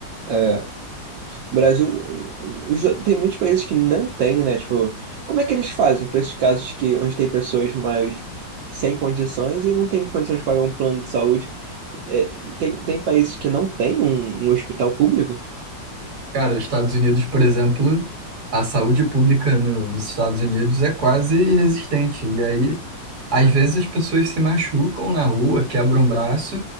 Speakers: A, on the right; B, on the right.
A: É, o Brasil, os do- tem muitos países que não tem, né? Tipo, como é que eles fazem para esses casos que onde tem pessoas mais sem condições e não tem condições de pagar um plano de saúde? É, tem, tem países que não tem um, um hospital público?
B: Cara, os Estados Unidos, por exemplo, a saúde pública no- nos Estados Unidos é quase inexistente. E aí, às vezes, as pessoas se machucam na rua, quebram o braço